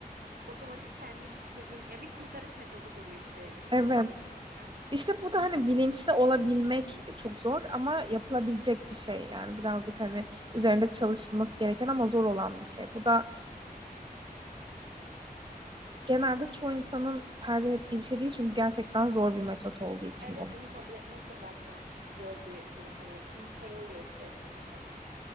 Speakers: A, on the right (about 85°); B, on the right (about 30°).
A: Otomatik kendi bir çözüm ya bir kurtarış metodu buluyor işte insan
B: Evet.
A: vücudu kendine.
B: İşte burada hani bilinçli olabilmek çok zor ama yapılabilecek bir şey. Yani birazcık hani üzerinde çalışılması gereken ama zor olan bir şey. Bu da genelde çoğu insanın tercih ettiği bir şey değil çünkü gerçekten zor bir metot olduğu için.
A: Evet,
B: o.
A: evet bunu kabul etmek de zaten zor bir durum hani çünkü şey oluyor ister istemez hani.